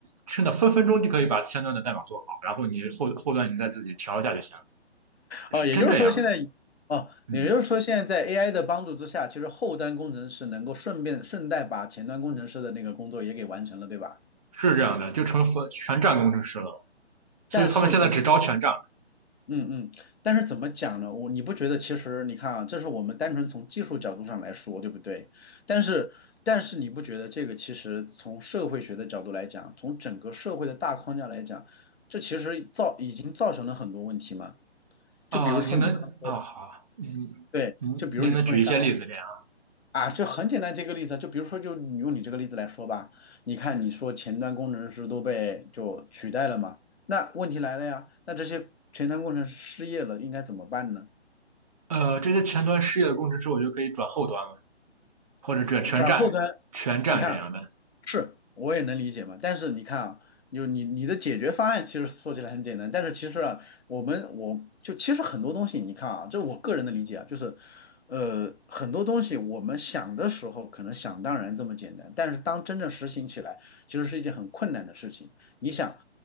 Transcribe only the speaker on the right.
真的分分钟就可以把前端的代码做好，然后你后后端你再自己调一下就行了，是真这样？
嗯，
是这样的，就成分全站工程师了，所以他们现在只招全站
啊。
您能啊，好，您
您您能举一些例子这样？
呃，这些前端失业的工程师，我就可以转后端了，或者转全站全站这样的。